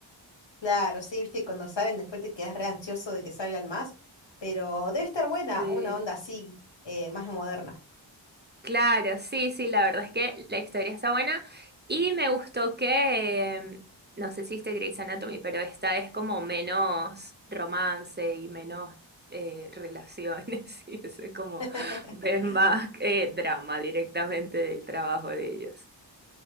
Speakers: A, on the left; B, on the right.
A: Claro, sí, viste, y cuando salen después te quedas re ansioso de que salgan más, pero debe estar buena
B: Sí.
A: una onda así, eh, más moderna.
B: Claro, sí, sí, la verdad es que la historia está buena y me gustó que, em, no sé si viste Grey's Anatomy, pero esta es como menos romance y menos eh, relaciones <laughs> y eso es como,
A: <laughs>
B: ves más eh, drama directamente del trabajo de ellos. <laughs>